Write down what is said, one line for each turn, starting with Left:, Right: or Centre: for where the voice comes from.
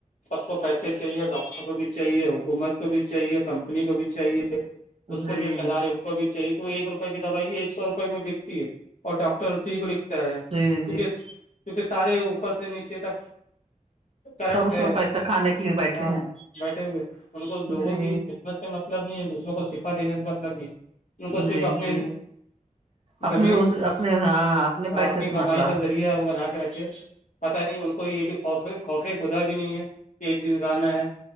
Left: سب کو پیسے چاہیے ڈاکٹر کو بھی چاہیے حکومت کو بھی چاہیے کمپنی کو بھی چاہیے اس
Right: جی
Left: کو جو چلا رہے ان کو بھی چاہی تو ایک روپے کی دوائی ایک سو روپے میں بکتی ہے اور ڈاکٹر اسی کو لکھتا ہے کیونکہ
Right: جی جی
Left: کیونکہ سارے اوپر سے نیچے تک کرپٹ
Right: سب اس
Left: ہے
Right: میں پیسہ کھانے کے لیے بیٹھے
Left: ہاں
Right: ہیں
Left: بیٹھے ہوئے ان کو لوگوں
Right: جی
Left: کی خدمت سے مطل مطلب نہیں ہے دوسروں کو صفا دینے سے مطلب نہیں ہے ان کو صرف
Right: جی
Left: اپنے
Right: جی اپنے
Left: زمین
Right: روز اپنے ہاں اپنے پیسے
Left: اپنی
Right: سے
Left: کمائی
Right: مطلب
Left: کا ذریعہ ہے وہ بنا کے رکھے پتہ نہیں ان کو یہ بھی خوفے خوفے خدا بھی نہیں ہے کہ ایک دن جانا ہے